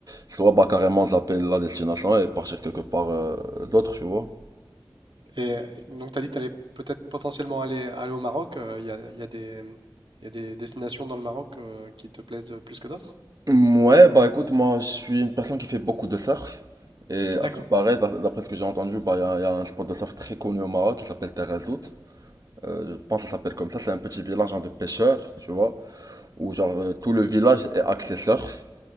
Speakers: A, on the right (about 50°); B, on the right (about 80°).
A: soit bah carrément zapper la destination et partir quelque part euh, d'autre, tu vois.
B: Et euh, donc tu as dit que tu allais peut-être potentiellement aller, aller au Maroc. euh, Il y a, il y a des, il y a des destinations dans le Maroc euh, qui te plaisent de- plus que d'autres?
A: Ouais, bah écoute, moi je suis une personne qui fait beaucoup de surf. Et
B: D'accord,
A: à ce qui paraît, d'a- d'après ce que j'ai entendu, bah il y a, il y a un spot de surf très connu au Maroc qui s'appelle Terrezout. Euh, je pense que ça s'appelle comme ça. C'est un petit village genre, de pêcheurs, tu vois, où genre euh, tout le village est axé surf.